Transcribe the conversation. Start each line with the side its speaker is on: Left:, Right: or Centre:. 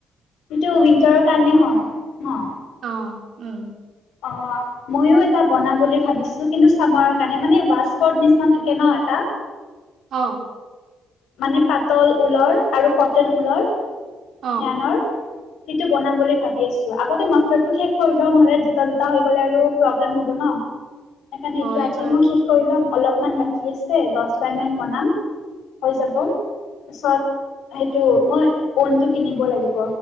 Left: সেইটো উইন্টাৰৰ কাৰণে হয় ন
Right: অ উম
Left: অঁ ময়ো এটা বনাম বুলি ভাবিছোঁ কিন্তু চামৰ কাৰণে মানে ৱাস্কৰ নিচিনা থাকে ন এটা
Right: অ
Left: মানে পাতল ঊলৰ আৰু কটেন ঊলৰ
Right: অ',
Left: জ্ঞানৰ সেইটো বনাম বুলি ভাবি আছো আগতে মছলাটো শেষ কৰি লওঁ নহ'লে দুটা দুটা হৈ গলে আৰু প্ৰব্লেম হ'ব ন সেইকাৰণে
Right: হয়
Left: এইটো আজি
Right: আৰু
Left: মই শেষ কৰি ল'ম অলপমান বাকী আছে দহ লাইনমান বনাম। হৈ যাব ত পাছত সেইটো মই ঊনটো কিনিব লাগিব